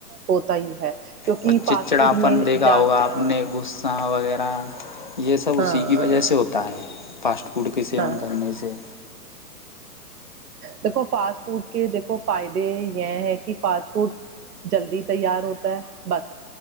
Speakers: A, on the right; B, on the left.
A: ہوتا ہی ہے کیونکہ
B: اور
A: فاسٹ
B: چچڑاپن
A: فوڈ میں
B: دیکھا
A: جا
B: ہوگا آپ
A: ہاں
B: نے غصہ وغیرہ یہ سب اسی
A: ہاں
B: کی وجہ سے ہوتا ہے فاسٹ فوڈ کے سیون
A: ہاں
B: کرنے سے
A: دیکھو فاسٹ فوڈ کے دیکھو فائدے یہ ہے کہ فاسٹ فوڈ جلدی تیار ہوتا ہے بس